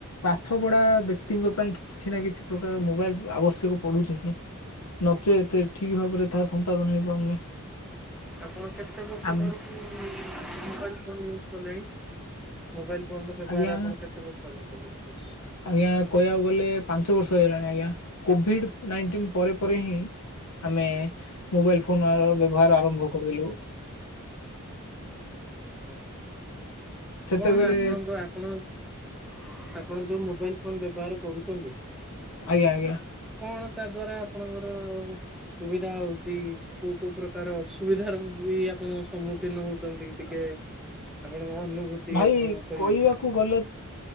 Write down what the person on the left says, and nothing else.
ପାଠ ପଢା ବ୍ୟକ୍ତିଙ୍କ ପାଇଁ କିଛି ନା କିଛି ପ୍ରକାର ମୋବାଇଲ ଆବଶ୍ୟକ ପଡୁଛି ହିଁ। ନଚେତ ଠିକ ଭାବରେ ତାହା ସମ୍ପାଦନ ହେଇପାରୁନି।
ଆମ୍
ଆଜ୍ଞା
ଆଜ୍ଞା କହିବାକୁ ଗଲେ ପାଞ୍ଚ ବର୍ଷ ହେଇଗଲାଣି ଆଜ୍ଞା, କୋଭିଡ ନାଇଟିନ ପରେ ପରେ ହିଁ ଆମେ ମୋବାଇଲ ଫୋନର ବ୍ୟବହାର ଆରମ୍ଭ କରିଦେଲୁ।
ସେତେବେଳେ
ଆଜ୍ଞା ଆଜ୍ଞା।
ଭାଇ
କହିବାକୁ
ଗଲେ